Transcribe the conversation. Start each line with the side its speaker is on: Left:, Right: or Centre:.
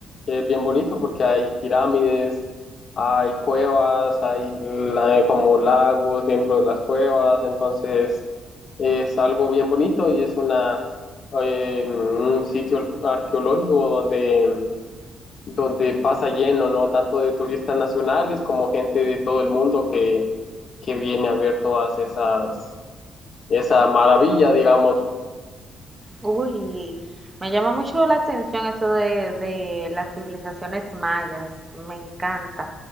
Left: que es bien bonito porque hay pirámides, hay cuevas, hay la- como lagos dentro de las cuevas, entonces es algo bien bonito y es una, eh, un sitio arqueológico donde donde pasa lleno, ¿no? Tanto de turistas nacionales como gente de todo el mundo que, que viene a ver todas esas, esa maravilla, digamos.
Right: Uy, me llama mucho la atención esto de, de las civilizaciones mayas, me encanta,